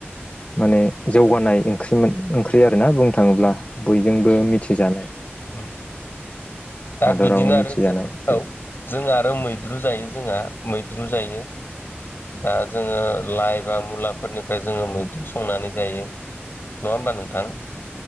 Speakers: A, on the left; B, on the left.
A: माने जौगानाय ओंख्रिमोन ओंख्रि आरोना बुंनो थाङोब्ला बयजोंबो मिथिजानाय।
B: उम। दा
A: हादरावनो
B: बिदिनो
A: मिथिजानाय
B: आरो जो
A: ओंख्रि
B: औ जों आरो मैद्रु जायो जोंहा मै द्रु जायो। दा जोङो लाइ बा मुलाफोरनिफ्राय जोङो मैद्रु संनानै जायो। नङा होमबा नोंथां